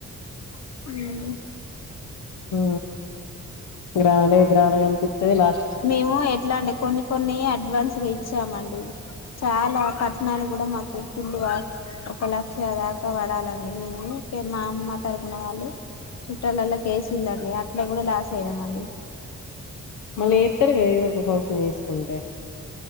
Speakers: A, on the left (about 60°); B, on the left (about 90°).
A: మాది
B: ఆ గ్రా గ్రా కనిపిచదిలా
A: మేము ఎట్లా అంటే కొన్ని కొన్ని అడ్వాన్స్గా ఇచ్చామండి చాలా కట్నాలు కూడా మాకు ఫుల్లు ఒక లక్ష దాకా పడాలండి మేము మా అమ్మ తరపుున వాళ్ళు చుట్టాలలో కేసి వెళ్ళండి అట్లా కూడా లాస్ అయినాం అండి
B: మళ్ ఎతేరు క ఏదో ఫంక్షన్ చేసుకుంటే